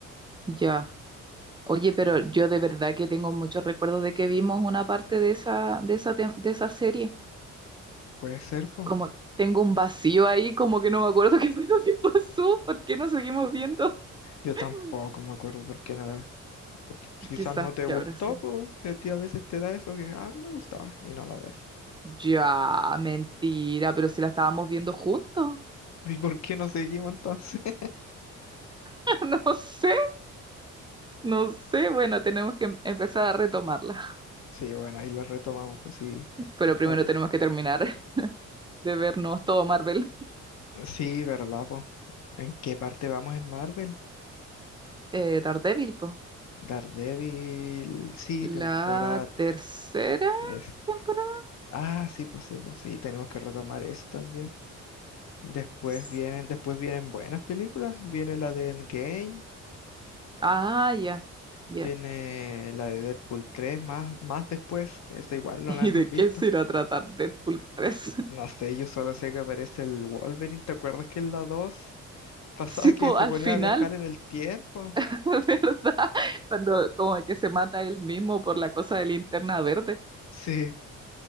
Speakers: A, on the right; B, on the left.
A: ya. Oye, pero yo de verdad que tengo muchos recuerdos de que vimos una parte de esa, de esa, tem- de esa serie.
B: Puede ser, pues.
A: como que tengo un vacío ahí, como que no me acuerdo <laughs> qué fue lo que pasó, ¿por qué nos seguimos viendo?
B: Yo
A: <laughs>
B: tampoco me acuerdo por qué no la porque Quizás
A: Quizás
B: no te
A: que
B: gustó,
A: habrá sido.
B: pues si a ti a veces te da eso que, ah, no me gustaba y no la ves.
A: Ya, mentira, pero si la estábamos viendo juntos.
B: <laughs> ¿Y por qué no seguimos entonces? <laughs>
A: <laughs> No sé, no sé. Bueno, tenemos que em- empezar a retomarla.
B: Sí, bueno, ahí lo retomamos, pues sí,
A: <laughs> Pero
B: está
A: primero
B: bueno.
A: tenemos que terminar <laughs> de vernos todo Marvel.
B: Sí, ¿verdad, pues? ¿En qué parte vamos en Marvel?
A: Eh, Daredevil, po.
B: Daredevil, sí, temporada
A: La tercera
B: tres
A: temporada.
B: Ah, sí, pues sí, pues sí, tenemos que retomar eso también. Después
A: S-
B: vienen, después vienen buenas películas, viene la de Endgame,
A: Ah, ya, ya.
B: Viene la de Deadpool tres más, más después, esa igual
A: <laughs>
B: no
A: ¿Y
B: la hemos
A: de
B: visto.
A: qué se irá a tratar Deadpool tres
B: No sé, yo solo sé que aparece el Wolverine. ¿Te acuerdas que en la 2
A: <laughs>
B: pasaba
A: Sí, po,
B: que se
A: al
B: ponía
A: final
B: a viajar en el tiempo?
A: <laughs> ¿verdad? Cuando como que se mata él mismo por la cosa de linterna verde.
B: Sí,